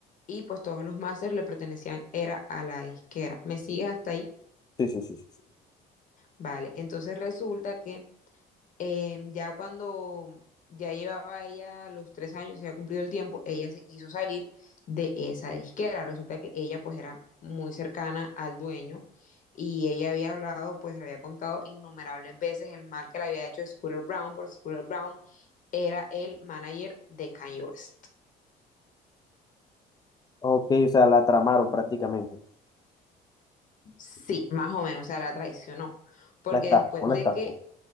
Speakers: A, on the left (about 50°); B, on the left (about 25°).
A: y pues todos los masters le pertenecían, era a la disquera. ¿Me sigues hasta ahí?
B: sí, sí, sí. sí.
A: Vale, entonces resulta que eh, ya cuando ya llevaba ella los tres años, se había cumplido el tiempo, ella se quiso salir de esa disquera. Resulta que ella pues era muy cercana al dueño y ella había hablado, pues le había contado innumerables veces el mal que le había hecho Scooter Brown, porque Scooter Brown era el manager de Kanye West.
B: Ok, o sea, la tramaron prácticamente.
A: Sí, más o menos, o sea, la traicionó. Porque
B: La estafó,
A: después
B: la
A: de
B: estafó.
A: que,